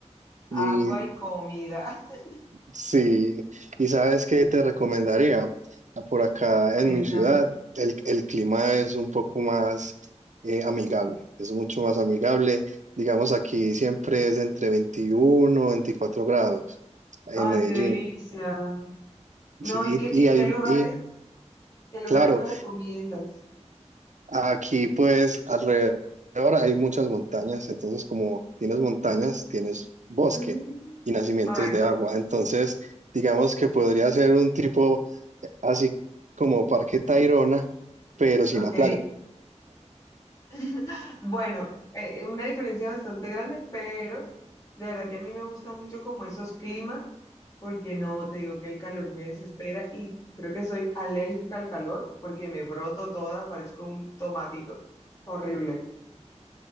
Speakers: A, on the left (about 30°); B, on the right (about 80°).
A: Agua
B: Y
A: y comida, <laughs>
B: Sí, y sabes qué te recomendaría. Ah, Por acá
A: cuéntame.
B: en mi ciudad, el, el clima es un poco más eh, amigable, es mucho más amigable. Digamos, aquí siempre es entre 21, o 24 grados en
A: Ay,
B: Medellín.
A: qué delicia. No,
B: Sí,
A: ¿y qué,
B: y,
A: y
B: y,
A: qué
B: hay-
A: lugares,
B: y,
A: qué lugares
B: claro,
A: me recomiendas?
B: aquí pues alrededor hay muchas montañas, entonces como tienes montañas, tienes bosque
A: Mm,
B: y nacimientos
A: correcto,
B: de agua. Entonces, digamos que podría ser un tipo así como Parque Tayrona, pero sin
A: ok.
B: la playa.
A: <laughs> Bueno, eh, una diferencia bastante grande, pero de verdad que a mí me gustan mucho como esos climas, porque no, te digo que el calor me desespera y creo que soy alérgica al calor porque me broto toda, parezco un tomatito. Horrible.